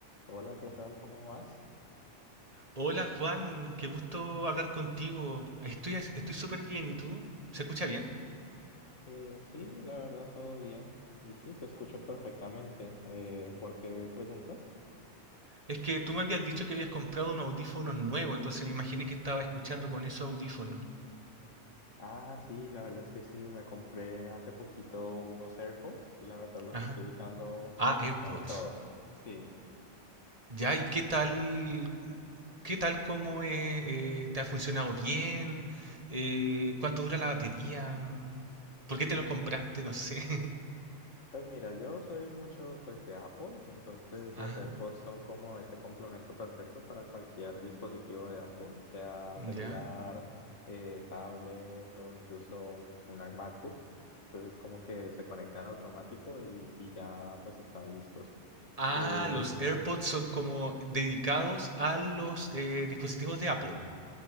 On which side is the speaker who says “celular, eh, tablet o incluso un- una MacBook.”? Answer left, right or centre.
Left